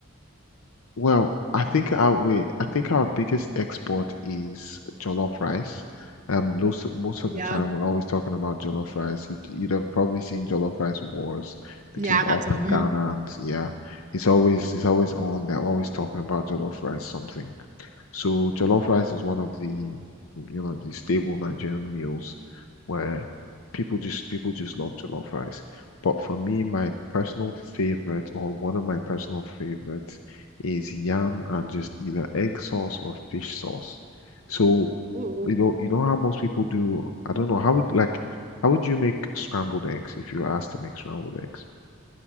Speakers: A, on the left; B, on the right.
A: well, I think our we, I think our biggest export is jollof rice. Um, most most of
B: Yeah.
A: the time we're always talking about jollof rice. You'd, you'd have probably seen jollof rice wars between
B: Yeah, I've had
A: us
B: some.
A: and Ghana,
B: mhm.
A: and yeah, it's always it's always on. They're always talking about jollof rice something. So jollof rice is one of the, you know, the stable Nigerian meals where people just people just love jollof rice. But for me, my personal favorite or one of my personal favorites is yam and just either egg sauce or fish sauce. So,
B: Ooh.
A: you know, you know how most people do, I don't know, how would like how would you make scrambled eggs if you were asked to make scrambled eggs?